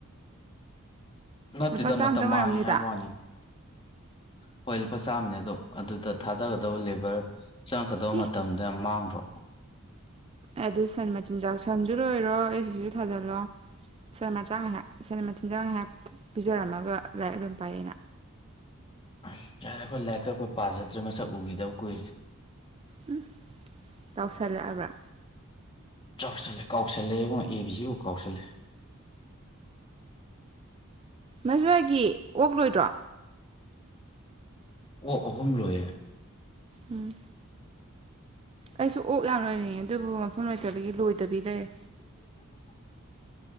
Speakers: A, on the left; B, on the right.
A: ꯅꯠꯇꯦꯗ
B: ꯂꯨꯄꯥ ꯆꯥꯝꯃꯇꯪ
A: ꯃꯇꯝ
B: ꯑꯣꯏꯔꯝꯅꯤꯗ
A: ꯃꯥꯡꯉꯦ ꯍꯥꯏꯕ ꯋꯥꯅꯤ ꯍꯣꯏ ꯂꯨꯄꯥ ꯆꯥꯝꯃꯅꯦ ꯑꯗꯣ ꯑꯗꯨꯗ ꯊꯥꯗꯒꯗꯧꯕ ꯂꯦꯕꯔ ꯆꯪꯉꯀꯗꯕ
B: ꯑꯦ
A: ꯃꯇꯝꯗ ꯌꯥꯝ ꯃꯥꯡ <unintelligible>
B: ꯑꯗꯨ ꯁꯟ ꯃꯆꯤꯟꯖꯥꯛ ꯁꯟꯖꯨ ꯂꯣꯏꯔꯣ ꯑꯦꯁ ꯑꯦꯁ ꯁꯤꯖꯨ ꯊ ꯊꯥꯖꯜꯂꯣ ꯁꯟ ꯃꯆꯥꯥꯛ ꯉꯥꯏꯍꯥꯛ ꯁꯟ ꯃꯆꯤꯟꯖꯥꯛ ꯉꯥꯏꯍꯥꯛ ꯄꯤꯖꯔꯝꯃꯒ ꯂꯥꯏꯔꯤꯛ ꯑꯗꯨꯝ ꯄꯥ ꯌꯥꯏꯅ꯫
A: <unintelligible> ꯌꯥꯔꯦꯈꯣꯏ ꯂꯥꯏꯔꯤꯛꯀ ꯑꯩꯈꯣꯏ ꯄꯥꯖꯗ꯭ꯔꯦ ꯃꯁꯛ ꯎꯒꯤꯗꯕ ꯀꯨꯏꯔꯦ꯫
B: ꯎꯝ ꯀꯥꯎꯁꯜꯂꯛꯑꯕ꯭ꯔꯥ꯫
A: ꯆꯥꯎꯁꯜꯂꯦ ꯀꯥꯎꯁꯜꯂꯛꯑꯉꯣ ꯑꯦ ꯕꯤ ꯁꯤꯕꯨꯛ ꯀꯥꯎꯁꯜꯂꯦ꯫
B: ꯃꯖꯋꯥꯏꯒꯤ ꯑꯣꯛ ꯂꯣꯏꯗ꯭ꯔꯣ꯫
A: ꯑꯣꯛ ꯑꯍꯨꯝ ꯂꯣꯏꯌꯦ꯫
B: ꯎꯝ꯫ ꯑꯩꯁꯨ ꯑꯣꯛ ꯌꯥꯝ ꯂꯣꯏꯅꯤꯡꯉꯤ ꯑꯗꯨꯕꯨ ꯃꯐꯝ ꯂꯩ ꯂꯩꯇꯕꯒꯤ ꯂꯣꯏꯗꯕꯤ ꯂꯩꯔꯦ꯫